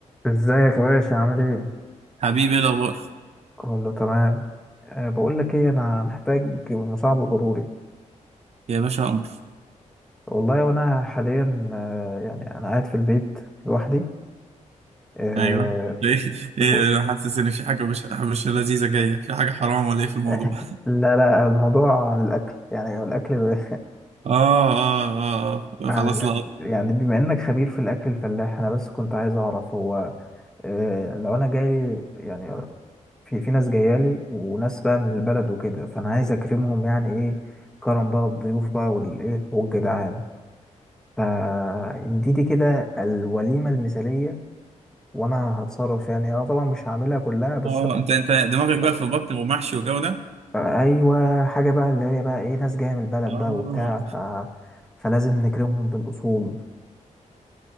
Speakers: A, in the centre; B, on the right.
A: ازيك يا باشا عامل ايه
B: حبيبي ايه الاخبار
A: كله تمام أه بقول لك ايه انا محتاج مساعدة ضروري
B: يا باشا قمر
A: والله وانا حاليا أه يعني انا قاعد في البيت لوحدي أه
B: ايوه ايه ايه
A: و...
B: انا حاسس ان في حاجه مش مش لذيذه جايه في حاجه حرام ولا ايه في الموضوع
A: <laughs> لا لا الموضوع عن الاكل يعني الاكل ب...
B: اه اه اه
A: <laughs>
B: آه.
A: عن
B: خلاص
A: الاكل
B: لا
A: يعني بما انك خبير في الاكل الفلاح انا بس كنت عايز اعرف هو أه لو انا جايلي يعني في في ناس جايالي وناس بقى من البلد وكده فانا عايز اكرمهم يعني ايه كرم بقى الضيوف بقى والايه والجدعان فاديتي كده الوليمة المثالية وانا هتصرف يعني انا طبعا مش هعملها كلها بس
B: اه
A: انا
B: انت انت دماغك
A: هتصرف
B: بقى في بط ومحشي وجو ده
A: ايوه حاجة بقى اللي هي بقى ايه ناس جاية من البلد
B: اه
A: بقى وبتاع ف... فلازم نكرمهم بالاصول